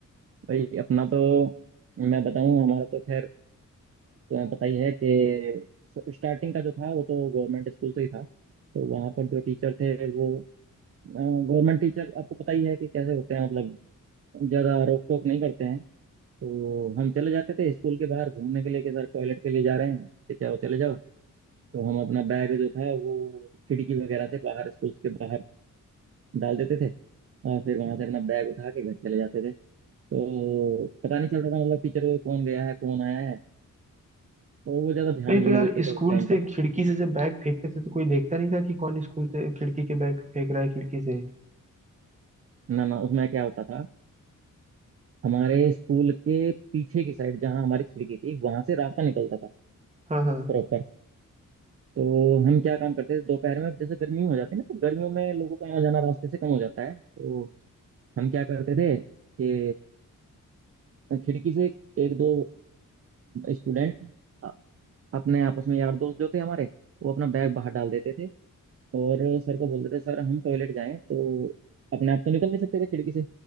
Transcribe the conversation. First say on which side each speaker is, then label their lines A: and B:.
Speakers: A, on the right; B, on the right.
A: भाई अपना तो मैं बताऊं हमारा तो खैर तुम्हें पता ही है कि स्टार्टिंग का जो था वो तो गवर्नमेंट स्कूल से ही था तो वहाँ पर जो टीचर थे वो गवर्नमेंट टीचर आपको पता ही है कि कैसे होते हैं मतलब ज़्यादा रोक टोक नहीं करते हैं तो हम चले जाते थे स्कूल के बाहर घूमने के लिए कि सर टॉयलेट के लिए जा रहे हैं कि चाहे चले जाओ तो हम अपना बैग जो था वो खिड़की वगैरह से बाहर स्कूल के बाहर डाल देते थे और फिर वहां से अपना बैग उठा के घर चले जाते थे तो पता नहीं चलता था मतलब टीचर को कौन गया है कौन आया है और वो ज्यादा ध्यान
B: नहीं तो
A: भी
B: यार
A: नहीं देते
B: स्कूल
A: थे उस टाइम
B: से
A: पर
B: खिड़की से जब बैग फेंकते थे तो कोई देखता नहीं था कि कौन स्कूल से खिड़की के बैग फेंक रहा है खिड़की से
A: ना ना उसमें क्या होता था हमारे स्कूल के पीछे की साइड जहाँ हमारी खिड़की थी वहां से रास्ता निकलता था
B: हाँ हाँ
A: प्रॉपर तो हम क्या काम करते थे दोपहर में जैसे गर्मी हो जाती है ना तो गर्मियों में लोगों का आना जाना रास्ते से कम हो जाता है तो हम क्या करते थे कि खिड़की से एक दो स्टूडेंट अपने आपस में यार दोस्त जो थे हमारे वो अपना बैग बाहर डाल देते थे और सर को बोलते थे सर हम टॉयलेट जाएं तो अपने आप तो निकल नहीं सकते थे खिड़की से